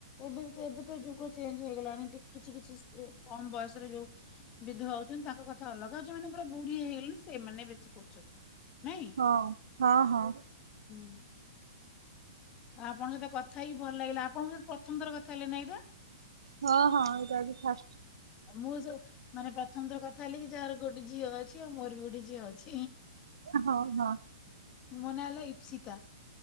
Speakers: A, on the left; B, on the right.
A: ଏବେବି ଚେ ଏବେ ତ ଯୁଗ ଚେଞ୍ଜ ହେଇଗଲାଣି ଟିକେ କିଛି କିଛି କମ୍ ବୟସରେ ଯୋଉ- ବିଧବା ହଉଛନ୍ତି ତାଙ୍କ କଥା ଅଲଗା ଯୋଉମାନେ ପୁରା ବୁଢୀ ହେଇଗଲେଣି ସେଇମାନେ ବେଶୀ କରୁଚନ୍ତି। ନାହିଁ।
B: ହଁ ହଁ ହଁ।
A: ହୁଁ। ଆଉ ଆପଣଙ୍କ ସହିତ କଥା ହେଇକି ଭଲ ଲାଗିଲା ଆପଣଙ୍କ ସହିତ ପ୍ରଥମ ଥର କଥା ହେଲେ ନାଁ ଏଇଟା।
B: ହଁ ହଁ ଏଇଟା ଆଜି ଫାଷ୍ଟ।
A: ଆଉ ମୁଁ ସବୁ ମାନେ ପ୍ରଥମ ଥର କଥା ହେଲି କି ଯାହାର ଗୋଟେ ଝିଅ ଅଛି ଆଉ ମୋର ବି ଗୋଟେ ଝିଅ ଅଛି।
B: ହଉ ହଉ।
A: ମୋ ନାଁ ହେଲା ଇପ୍ସିତା।